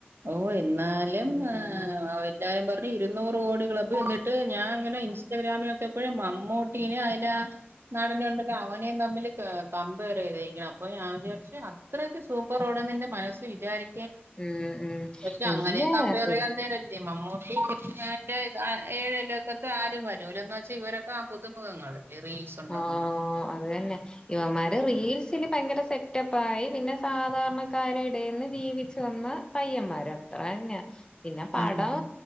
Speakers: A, on the right (about 70°); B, on the left (about 20°).
A: ഓഹ് എന്നാലും
B: ഉം
A: ആഹ് അവ ല്ലാരും പറഞ്ഞ് ഇരുുന്നൂറ് കോടി ക്ലബ് എന്നിട്ട് ഞാൻ ഇങ്ങനെ ഇൻസ്റ്റാഗ്രാമിലൊക്കെപ്പഴും മമ്മൂട്ടീന് അയിലാ നടനെ ഉണ്ടല്ലോ അവൻ നേ തമ്മില് കാ കമ്പെയർ ചെയ്തിരിക്ക അപ്പോ ഞാൻ വിചാരിച്ച് അത്രക്ക് സൂപ്പറോടെ നിന്റെ മനസ് വിചാരി
B: ഉം ഉം
A: പക്ഷെ
B: ഇല്ല
A: അങ്ങനെ കമ്പയർ ചെയ്യാൻ തരല്ലേ മമ്മൂട്ടി ന്നാട്ട് ഇത് ഏഴ് ലോകത്ത് ആരും വരൂല എന്ന് വെച്ചാ ഇവരൊക്കെ ആപുതുമുഖങ്ങള് റീൽസ് ഉണ്ടാകും
B: ആഹ്
A: പറഞ്ഞു
B: അത് തന്നെ ഇവന്മാർ റീൽസില്. ഭയങ്കര സെറ്റപ്പായി പിന്നെ സാധാരണക്കാരെ ഇടെന്ന് ജീവിച്ചു വന്ന്. പയ്യന്മാരാ അത്രതന്നെ പിന്നെപടം.
A: ഉം